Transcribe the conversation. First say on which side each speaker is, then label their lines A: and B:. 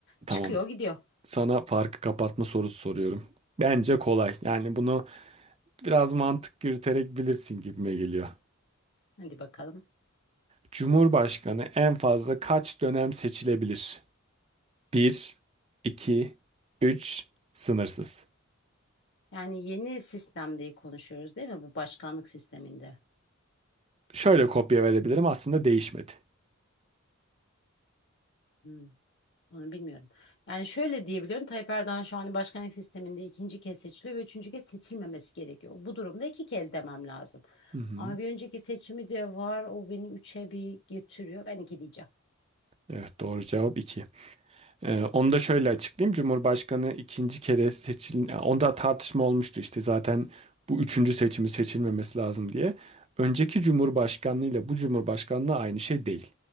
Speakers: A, on the right; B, on the left.
A: Tamam.
B: çıkıyor gidiyor.
A: Sana farkı kapatma sorusu soruyorum. Bence kolay. Yani bunu biraz mantık yürüterek bilirsin gibime geliyor.
B: Hadi bakalım.
A: Cumhurbaşkanı en fazla kaç dönem seçilebilir? Bir, 2, 3, sınırsız.
B: Yani yeni sistemde konuşuyoruz değil mi? Bu başkanlık sisteminde.
A: Şöyle kopya verebilirim aslında değişmedi.
B: Hmm, onu bilmiyorum. Yani şöyle diyebiliyorum. Tayyip Erdoğan şu an başkanlık sisteminde ikinci kez seçiliyor ve üçüncü kez seçilmemesi gerekiyor. Bu durumda iki kez demem lazım.
A: Hı hı.
B: Ama bir önceki seçimi de var. O beni üçe bir getiriyor. Ben iki diyeceğim.
A: Evet doğru cevap 2. Ee, onu da şöyle açıklayayım. Cumhurbaşkanı ikinci kere seçil, yani onda tartışma olmuştu işte zaten bu üçüncü seçimi seçilmemesi lazım diye. Önceki cumhurbaşkanlığı ile bu cumhurbaşkanlığı aynı şey değil.